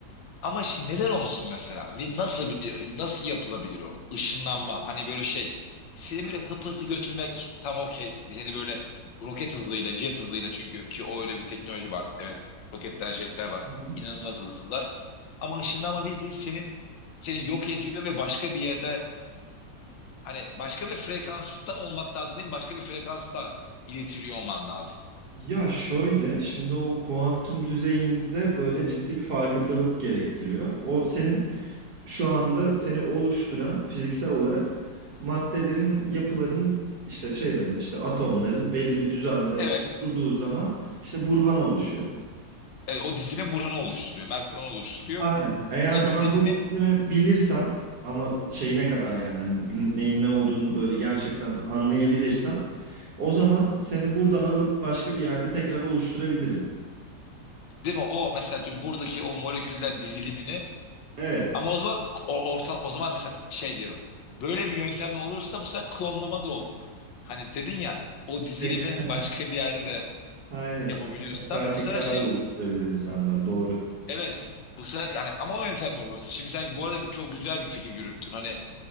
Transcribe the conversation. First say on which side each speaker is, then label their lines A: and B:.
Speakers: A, on the left; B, on the right.
A: Ama şimdi neden olsun mesela? Bir nasıl bir nasıl yapılabilir o? Işınlanma. Hani böyle şey. Seni böyle hıp hızlı götürmek tam okey. Seni böyle roket hızıyla, jet hızıyla çünkü ki o öyle bir teknoloji var. Evet. Roketler, jetler var.
B: Hı hı.
A: İnanılmaz hızlılar. Ama ışınlanma bildiğin senin seni yok ediyor ve başka bir yerde hani başka bir frekansta olmak lazım değil mi? Başka bir frekansta iletiliyor olman lazım.
B: Ya şöyle şimdi o kuantum düzeyinde böyle ciddi bir farkındalık gerektiriyor. O senin şu anda seni oluşturan fiziksel olarak maddelerin yapılarının işte şeylerin işte atomların belli bir düzende
A: Evet,
B: kurduğu zaman işte burhan oluşuyor.
A: evet, o dizinin Burhan'ı oluşturuyor. Mert Burhan'ı oluşturuyor.
B: Aynen. Eğer
A: O
B: ben
A: dizilimin
B: bu disiplinimi bilirsem ama şeyine kadar yani hani n- neyin ne olduğunu böyle gerçekten anlayabilirsem o zaman seni buradan alıp başka bir yerde tekrar oluşturabilirim.
A: değil mi? O mesela diyorum buradaki o moleküller dizilimini
B: Evet.
A: ama o zaman o, orta, o zaman mesela şey diyorum. Böyle bir yöntemle olursa bu sefer klonlama da olur. Hani dedin ya o dizilimi
B: Tekrar.
A: başka bir yerde de
B: Aynen.
A: yapabiliyorsan
B: Evet, Tekrar
A: bu
B: tekrar
A: sefer şey
B: da
A: olur.
B: oluşturabilirim senden. Doğru. <laughs>
A: Evet. Bu sefer hani ama o yöntemle olursa. Şimdi sen bu arada çok güzel bir fikir yürüttün. Hani